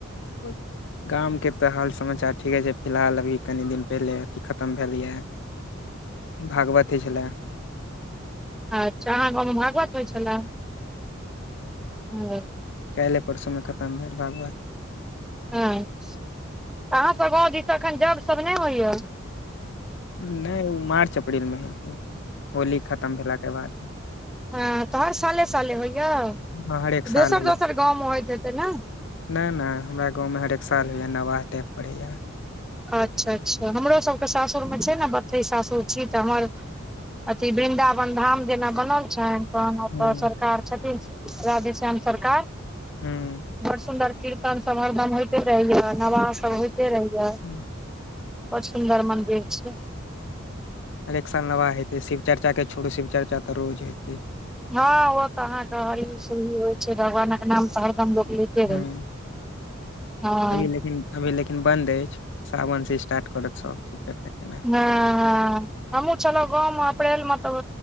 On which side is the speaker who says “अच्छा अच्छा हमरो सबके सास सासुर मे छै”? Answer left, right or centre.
Centre